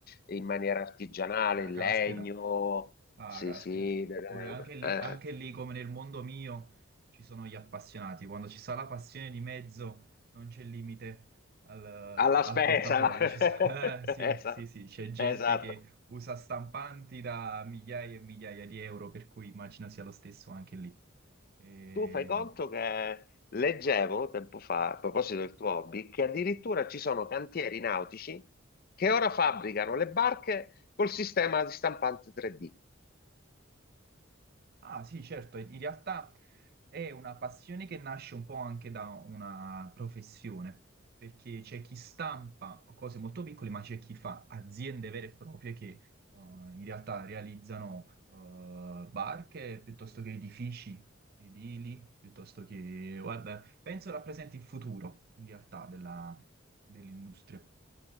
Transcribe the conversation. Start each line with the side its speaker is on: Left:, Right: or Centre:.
Left: in maniera artigianale,
Right: Ah,
Left: in
Right: caspita,
Left: legno
Right: ah,
Left: sì,
Right: caspita.
Left: sì,
Right: Poi anche lì,
Left: eh,
Right: anche lì, come nel mondo mio, ci sono gli appassionati. Quando ci sta la passione di mezzo, non c'è limite al,
Left: alla
Right: al
Left: spesa.
Right: portafoglio.
Left: <laughs>
Right: Ci so- <laughs> eh,
Left: Esatto,
Right: sì, sì, sì, c'è gente
Left: esatto.
Right: che usa stampanti da migliaia e migliaia di euro, per cui immagino sia lo stesso anche lì. E...
Left: Tu fai conto che leggevo tempo fa, a proposito del tuo hobby, che addirittura ci sono cantieri nautici che ora fabbricano le barche col sistema di stampante 3D.
Right: Ah sì, certo, in realtà è una passione che nasce un po' anche da una professione, perché c'è chi stampa cose molto piccole, ma c'è chi fa aziende vere e proprie che eh, in realtà realizzano eh, barche piuttosto che edifici edili, piuttosto che, guarda, penso rappresenti il futuro in realtà della- dell'industria.